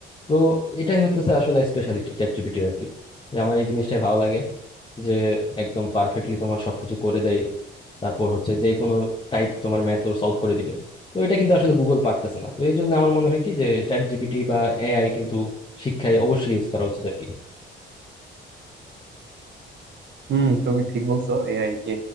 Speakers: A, on the left; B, on the right.
A: তো এটাই হইতেছে আসলে স্পেশালিটি চ্যাট জিপিটির আর কি যে আমার এই জিনিসটাই ভালো লাগে যে একদম পারফেক্টলি তোমার সবকিছু করে দেয় তারপর হচ্ছে যে কোনো টাইপ তোমার ম্যাথ ও সলভ করে দিবে তো এটা কিন্তু আসলে গুগল পারতেছে না তো এই জন্য আমার মনে হয় কি যে চ্যাট জিপিটি বা এআই কিন্তু শিক্ষায় অবশ্যই ইউজ করা উচিত আর কি
B: হুম তুমি ঠিক বলছো এআই কে